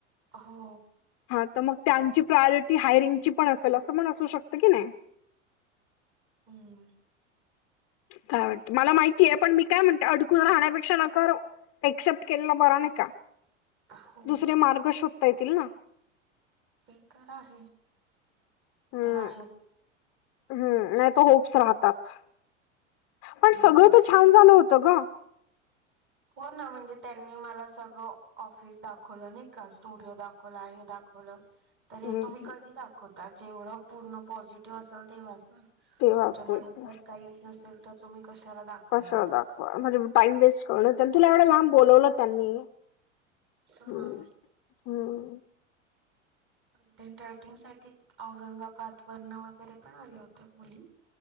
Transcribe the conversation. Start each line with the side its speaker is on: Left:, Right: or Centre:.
Right: हो
Left: हां तर मग त्यांची प्रायोरिटी हायरिंगची पण असेल असं पण असू शकतं की नाही!
Right: हम्म.
Left: काय वाटतं, मला माहिती आहे पण मी काय म्हणते अडकून राहण्यापेक्षा नका राहू. एक्सेप्ट केलेला बरा नाही का,
Right: हो
Left: दुसरे मार्ग शोधता येतील ना.
Right: ते तर आहे.
Left: हम्म
Right: ते आहेच
Left: हम्म नाही तर होप्स राहतात. पण
Right: हम्म
Left: सगळं तर छान झालं होतं गं!
Right: हो ना म्हणजे त्यांनी मला सगळं ऑफिस दाखवलं नाही का स्टुडिओ दाखवला हे दाखव वल तर हे
Left: हम्म
Right: तुम्ही कधी दाखवता जेवढं पूर्ण पॉझिटिव्ह असेल तेव्हाच ना.
Left: ते वाचतेच
Right: तुमच्या मनात
Left: ते.
Right: जर काहीच नसेल तर तुम्ही कशाला दाखवायला
Left: कशाला
Right: जाल!
Left: म्हणजे टाईम वेस्ट करण, तुला एवढं लांब बोलवलं त्यांनी
Right: हां.
Left: हम्म, हम्म.
Right: कंटेंट रायटिंग साठी औरंगाबाद वरन वगैरे पण आल्या होत्या मुली.